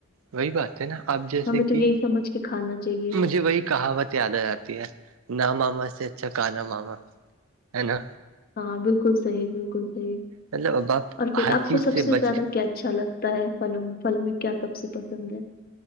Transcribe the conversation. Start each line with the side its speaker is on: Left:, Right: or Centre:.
Right: وہی بات ہے نا آپ جیسے
Left: ہمیں تو
Right: کہ
Left: یہی سمجھ کے کھانا چاہیے
Right: مجھے وہی کہاوت یاد آ جاتی ہے نہ ماما اس سے اچھا کہانا ماما ہے نا
Left: ہاں بالکل صحیح بالکل صحیح
Right: مطلب اب آپ
Left: اور پھر
Right: ہر
Left: آپ
Right: چیز
Left: کو سب سے
Right: بچ
Left: زیادہ
Right: رہے
Left: کیا اچھا لگتا ہوتا ہےوں پھل میں کیا سب سے پسند ہے